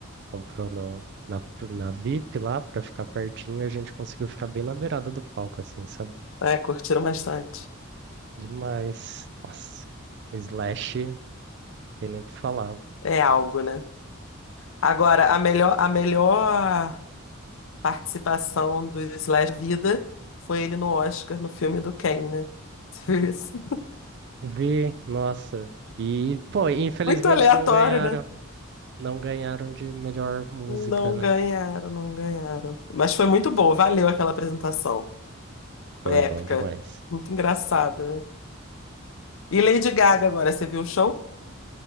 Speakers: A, on the right; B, on the left.
A: comprou no, na, na VIP lá pra ficar pertinho e a gente conseguiu ficar bem na beirada do palco, assim, sabe?
B: É, curtiram bastante.
A: Demais. Nossa, Slash, tem nem o que falar.
B: É algo, né? Agora, a melhor, a melhor participação do Slash Vida foi ele no Oscar, no filme do Ken, né? <laughs> Você viu isso?
A: Vi, nossa. E, pô, infelizmente
B: Muito aleatório,
A: não ganharam.
B: né?
A: Não ganharam de melhor música,
B: Não
A: né?
B: ganharam, não ganharam. Mas foi muito boa, valeu aquela apresentação.
A: Foi
B: Foi épica.
A: bom demais.
B: Muito engraçado, né? E Lady Gaga agora, você viu o show?